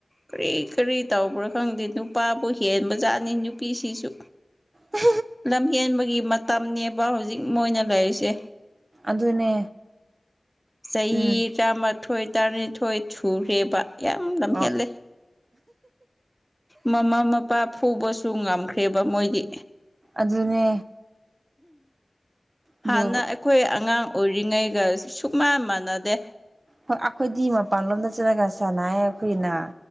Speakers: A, in the centre; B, on the right.
A: ꯀꯔꯤ ꯀꯔꯤ ꯇꯧꯕ꯭ꯔꯥ ꯈꯪꯗꯦ ꯅꯨꯄꯥꯕꯨ ꯍꯦꯟꯕꯖꯥꯠꯅꯤ ꯅꯨꯄꯤꯁꯤꯁꯨ
B: ꯎ
A: ꯂꯝꯍꯦꯟꯕꯒꯤ ꯃꯇꯝꯅꯦꯕ ꯍꯧꯖꯤꯛ ꯃꯣꯏꯅ ꯂꯩꯔꯤꯁꯦ
B: ꯑꯗꯨꯅꯦ
A: ꯆꯍꯤ
B: ꯎꯝ
A: ꯇꯔꯥꯃꯥꯊꯣꯏ ꯇꯔꯥꯅꯤꯊꯣꯏ ꯁꯨꯔꯦꯕ ꯌꯥꯝ ꯂꯝꯍꯦꯜꯂꯦ
B: ꯑꯣ
A: ꯃꯃꯥ ꯃꯄꯥ ꯐꯨꯕꯁꯨ ꯉꯝꯈ꯭ꯔꯦꯕ ꯃꯣꯏꯗꯤ
B: ꯑꯗꯨꯅꯦ ꯑꯗꯨ
A: ꯍꯥꯟꯅ ꯑꯩ ꯑꯩꯈꯣꯏ ꯑꯉꯥꯡ ꯑꯣꯏꯔꯤꯉꯩꯒ ꯁꯨꯛ ꯃꯥꯟ ꯃꯥꯟꯅꯗꯦ
B: ꯍ ꯑꯩꯈꯣꯏꯗꯤ ꯃꯄꯥꯟꯂꯣꯝꯗ ꯆꯠꯂꯒ ꯁꯥꯟꯅꯌꯦ ꯑꯩꯈꯣꯏꯅ